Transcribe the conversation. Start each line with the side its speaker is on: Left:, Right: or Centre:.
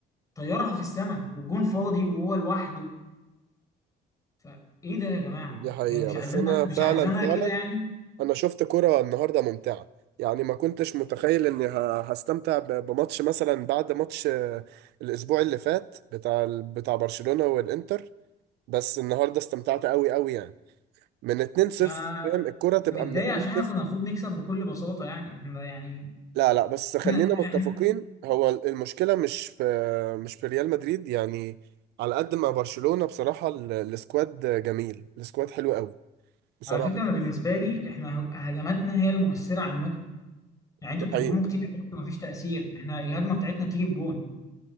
Left: طيرها في السماء والجون فاضي وهو لوحده فايه ده يا جماعه
Right: دي حقيقه
Left: هي مش
Right: بس
Left: عايزانا
Right: انا
Left: مش
Right: فعلا
Left: عايزانا
Right: فعلا
Left: كده يعني
Right: انا شفت كره النهارده ممتعه يعني ما كنتش متخيل اني ه- هستمتع ب- بماتش مثلا بعد ماتش آه، الاسبوع اللي فات بتاع ال- بتاع برشلونه والانتر بس النهارده استمتعت قوي قوي يعني من 2-0
Left: انا
Right: فاهم الكرة تبقى
Left: متضايق
Right: من 2-0
Left: عشان احنا كنا المفروض نكسب بكل بساطه يعني احنا يعني
Right: لا لا بس خلينا
Left: احنا,
Right: متفقين
Left: احنا
Right: هو المشكلة مش في مش في ريال مدريد يعني على قد ما برشلونة بصراحة ال- السكواد جميل السكواد حلو قوي بصراحة
Left: على فكره انا بالنسبه لي احنا هجماتنا هي المؤثره عنكم يعني انتوا
Right: دي
Left: بتهجموا
Right: حقيقة
Left: كتير قوي ومفيش تاثير احنا الهجمه بتاعتنا بتيجي بجون